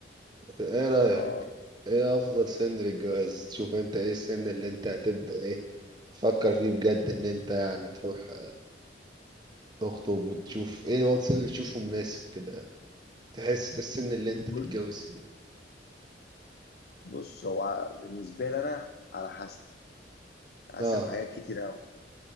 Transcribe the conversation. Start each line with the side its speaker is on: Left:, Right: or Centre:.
Right: ايه رأيك
Left: اه
Right: ايه افضل سن للجواز تشوف انت ايه السن اللي انت هتبدأ ايه تفكر فيه بجد ان انت يعني تروح تخطب وتشوف ايه الوقت السن اللي تشوفه مناسب كده تحس ده السن اللي انت
Left: بص
Right: تتجوز فيه
Left: بص هو بالنسبه لي انا على حسب على
Right: اه
Left: حسب حاجات كتير قوي